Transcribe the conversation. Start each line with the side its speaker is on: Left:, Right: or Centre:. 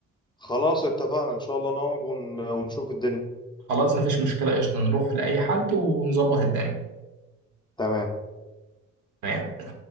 Left: خلاص اتفقنا ان شاء الله نقعد ون- ونشوف الدنيا
Right: خلاص مفيش مشكله قشطه نروح لاي حد ونظبط الدنيا
Left: تمام
Right: تمام